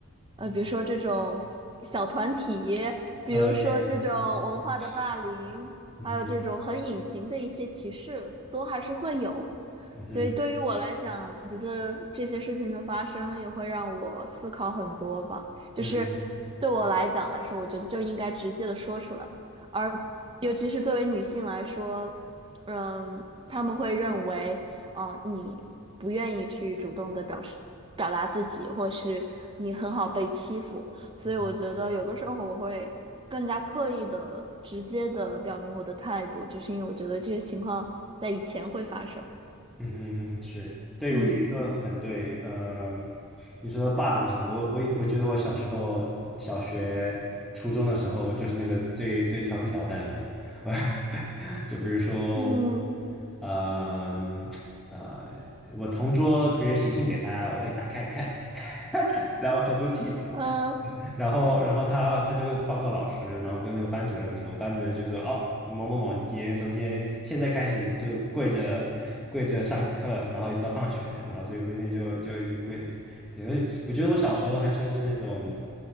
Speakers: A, on the right (about 25°); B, in the centre.
A: 呃，
B: 嗯，
A: 比如说这种小小团体，比如说这种文化的霸凌，
B: 啊耶，嗯嗯哼
A: 还有这种很隐形的一些歧视，都还是会有。
B: 嗯哼
A: 所以对于我来讲，我觉得这些事情的发生也会让我思考很多吧。就是对我来讲来说，
B: 嗯
A: 我觉得就应该直接的说出来，而尤其是作为女性来说，嗯，他们会认为，啊，你不愿意去主动的表示表达自己，或是你很好被欺负。所以我觉得有的时候我会更加刻意的、
B: 哼。
A: 直接的表明我的态度，就是因为我觉得这些情况在以前会发生。
B: 嗯哼，嗯是，对，
A: 嗯
B: 我觉得你说的很对，呃，你说的霸凌什么的我我我觉得我小时候小学、初中的时候就是那个最最调皮捣蛋的嘛，<laughs> 就比如说我，
A: 嗯
B: 呃呃我同桌别人写信给他，我会打开看，<laughs> 然后同桌气死了。
A: 呃，
B: 然后，然后他他就报告老师，然后跟那个班主任的时候，班主任就说：“哦，某某某，你今天从今天现在开始就跪着跪着上课，然后一直到放学。”然后所以我那天就就一直跪着。对，我我觉得我小时候还算是那种